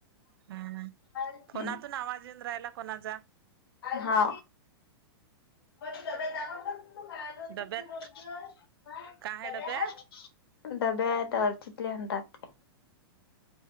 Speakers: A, on the right; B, on the left.
A: हम्
B: हम्म
A: फोनातून आवाज येऊन राहिला कोणाचा.
B: हा. हो तू त जा त तू का.
A: डब्यात काय आहे
B: <inaudible>
A: डब्यात
B: डब्या आहेत अडचितले म्हणतात ते.